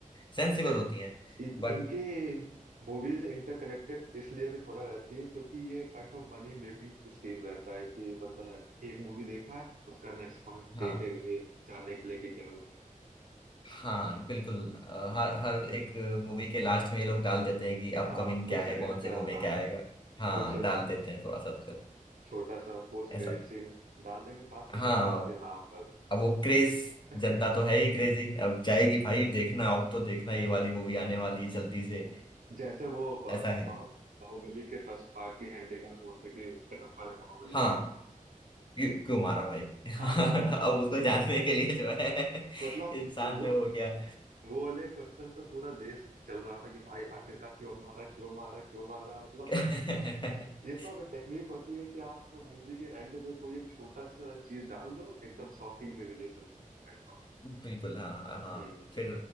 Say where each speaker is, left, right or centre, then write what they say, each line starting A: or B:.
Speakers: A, on the left; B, on the right.
A: सेंसिबल
B: नहीं
A: होती हैं
B: इन,
A: बट
B: इनके मूवीज इंटरकनेक्टेड इसलिए भी थोड़ा रहती है क्योंकि ये kind of money making scheme रहता है कि बंदा एक मूवी देखा है उसका नेक्स्ट पार्ट
A: हाँ
B: देखेगा ये जानने के लिए कि क्या हो रहा है
A: हाँ बिल्कुल अ, हर हर एक मूवी के लास्ट में ये लोग डाल देते हैं कि अपकमिंग
B: हाँ कुछ
A: क्या
B: सेकंड
A: है कौन से
B: का
A: मूवी
B: हाँ
A: में क्या आएगा हाँ
B: कुछ
A: डाल देते हैं थोड़ा सा तो
B: छोटा सा पोस्ट
A: ऐसा
B: क्रेडिट सीन डाल देंगे पांच सेकंड
A: हाँ
B: का कि हाँ बस
A: अब वो क्रेज
B: कि- <laughs>
A: जनता तो है ही क्रेजी अब जाएगी भाई देखना अब तो देखना ये वाली मूवी आने वाली है जल्दी से
B: जैसे वो बा,
A: ऐसा है
B: बा, बाहुबली के फर्स्ट पार्ट की एंडिंग में हुआ था कि कटप्पा ने बाहुबली
A: हाँ
B: को कहा।
A: क्यों क्यों मारा भाई <laughs> अब
B: हाँ
A: उसको जानने के लिए जो है
B: मतलब
A: <laughs> इंसान
B: वो
A: ने वो किया
B: वो वाले क्वेश्चन पे पूरा देश चल रहा था कि भाई आखिरकार क्यों मारा क्यों मारा क्यों मारा मतलब
A: <laughs>
B: ये सब टेक्निक होती है कि आप मूवी के एंड में कोई एक छोटा सा चीज डाल दो एकदम शॉकिंग रिविलेशन काइंड ऑफ
A: बिल्कुल हाँ हाँ
B: हम्म
A: फिर